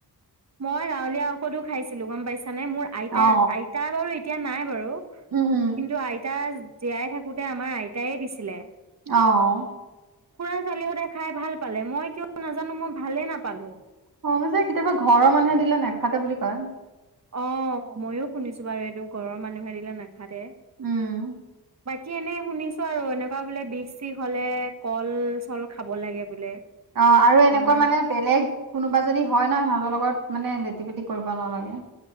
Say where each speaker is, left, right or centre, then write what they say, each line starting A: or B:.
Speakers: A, on the right; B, on the right.
A: মই গাঁৱলীয়া ঔষধো খাইছিলো গম পাইছা। নে মোৰ আইতাৰ
B: অ
A: আইতা বাৰু ইত তিয়া নাই বাৰু।
B: উম উম
A: কিন্তু আইতা জীয়াই থাকোঁতে আমাৰ আইতায়ে দিছিলে।
B: অ'।
A: খুড়া ছোৱালীহতে খাই ভাল পালে। মই কিয় নাজানো মই ভালেই নাপালো।
B: অহ মই যে কেতিয়াবা ঘৰৰ মানুহে দিলে নেখাতে বুলি কয়
A: অহ মইও শুনিছোঁ এইটো ঘৰৰ মানুহে নেখাই টে
B: উম
A: কি এনেই শুনিছো আৰু এনেকুৱা বোলে বিষ চিষ হলে কল চল খাব লাগে বোলে।
B: অ', আৰু
A: অকনমান
B: এনেকুৱা মানে বেলেগ কোনোবা যদি হয়, ন সিহঁতৰ লগত মানে লেত তি পেতি কৰিব নালাগে।